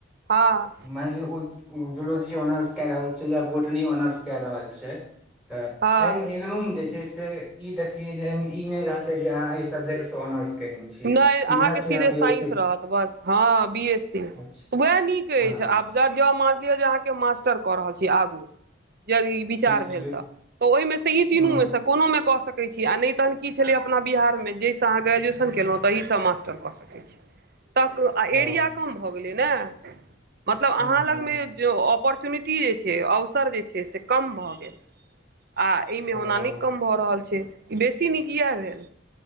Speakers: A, on the right (about 55°); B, in the centre.
A: हां
B: माइन लि ओ जूलोजी ऑनर्स कौ रहल छै या बोटनी ऑनर्स कौ रहल छै तऽ
A: हँ
B: एहिमें इगनु जे छै से ई देखलियै जे एहिमे ई नहि रहते जे अहाँ एहि सब्जेक्ट से ऑनर्स केने छी
A: नहि अहाँके
B: सीधा
A: सीधे
B: छय अहाँ
A: साइंस
B: बी एस सी
A: रहत बस हँ बी एस सी त
B: अच्छा
A: वएह नीक
B: हँ
A: अछि आबदा मानलियौ जे अहाँ केँ मास्टर कऽ रहल छी आगू यदि विचार
B: ठीक
A: भेल
B: ठीक
A: त तो ओहि मे से इ तीनू
B: हूँ
A: मे स कोनो मे कऽ सक नै तहन की छलै अपना बिहार मे जैस आहाँ ग्रेजुएसन <unintelligible> मास्टर कऽ सकै छी तऽ आ
B: ओ
A: एरिया कम भऽ गेलै ने मतलब
B: हूँ
A: अहाँ
B: हूँ
A: लग में
B: हूँ
A: जे अपरचुनिटी जे छै अवसर जे छै से कम भऽ गेल आ एहिमें
B: ओ
A: ओना नहि कम भ रहल छय बेसी निक एहै भेल